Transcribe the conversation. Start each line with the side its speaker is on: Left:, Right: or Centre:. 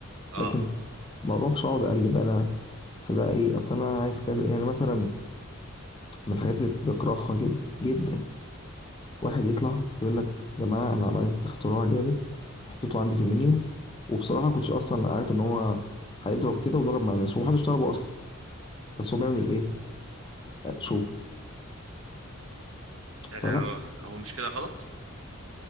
Right: اه
Left: لكن ما اروحش اقعد اقلب انا في بقى ايه اصل انا عايز كذا يعني مثلا من الحاجات اللي بكرهها جدا جدا واحد يطلع يقول لك يا جماعه انا عملت اختراع جامد وحطيته عندي في المنيو وبصراحه كنتش اصلا عارف ان هو هيضرب كده وضرب مع الناس ومحدش طلبه اصلا بس هو بيعمل ايه آه، شو
Right: ترى
Left: فلا
Right: هو مش كده غلط